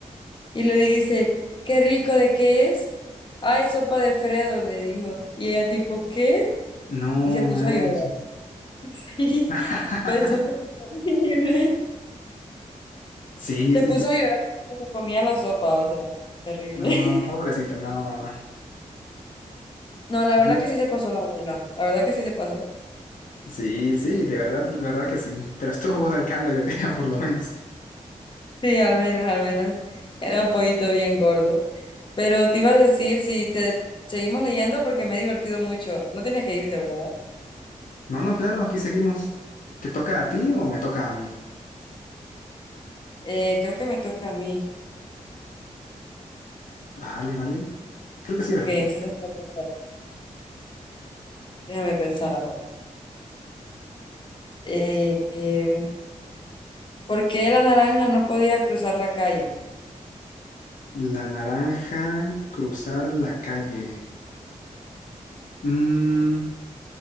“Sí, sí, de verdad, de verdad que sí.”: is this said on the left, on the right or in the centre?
Left